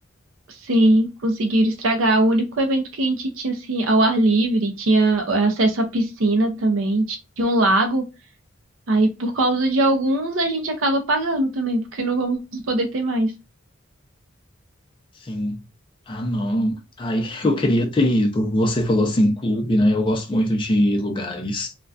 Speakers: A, on the right; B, on the left.
A: Sim, conseguiram estragar. O único evento que a gente tinha, assim, ao ar livre, tinha acesso à piscina também, tinha um lago. Aí, por causa de alguns, a gente acaba pagando também, porque não vamos poder ter mais.
B: Sim. Ah, não. Aí <laughs> eu queria ter ido. Você falou assim, clube, né? Eu gosto muito de lugares